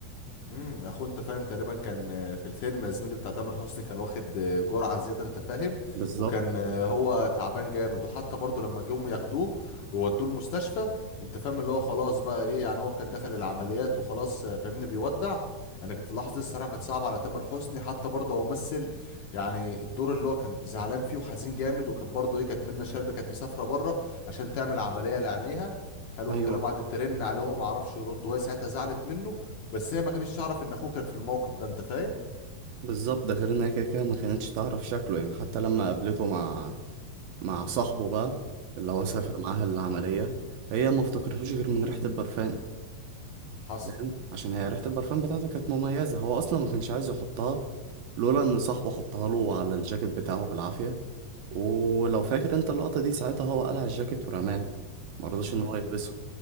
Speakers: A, on the left; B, on the right.
A: امم اخو انت فاهم تقريبا كان آه، في الفيلم زميلي بتاع تامر حسني كان واخد آه، جرعه زياده انت فاهم
B: بالظبط.
A: وكان آه، هو تعبان جامد وحتى برضه لما جم ياخدوه وودوه المستشفى انت فاهم اللي هو خلاص بقى ايه يعني هو كان دخل العمليات وخلاص آه، فاهمني بيودع يعني كنت اللحظه دي الصراحه كانت صعبه على تامر حسني حتى برضه هو ممثل يعني الدور اللي هو كان زعلان فيه وحزين جامد وكانت برضه ايه كانت منة شلبي كانت مسافره بره عشان تعمل عمليه لعينيها حلو
B: ايوه
A: الكلام وقعدت ترن عليه وهو ما عرفش يرد وهي ساعتها زعلت منه بس هي ما كانتش تعرف ان اخوه كان في الموقف ده انت فاهم
B: بالظبط ده غير انها كده كده ما كانتش تعرف شكله يعني حتى لما قابلته مع مع صاحبه بقى اللي هو سافر
A: امم
B: معاها العملية هي ما افتكرتوش غير من ريحة البرفان
A: حصل
B: فاهم عشان هي ريحة البرفان بتاعته كانت مميزة هو اصلا ما كانش عايز يحطها لولا ان صاحبه حطها له على الجاكيت بتاعه بالعافية ولو فاكر انت اللقطة دي ساعتها هو قلع الجاكيت ورماه ما رضاش
A: امم
B: ان هو يلبسه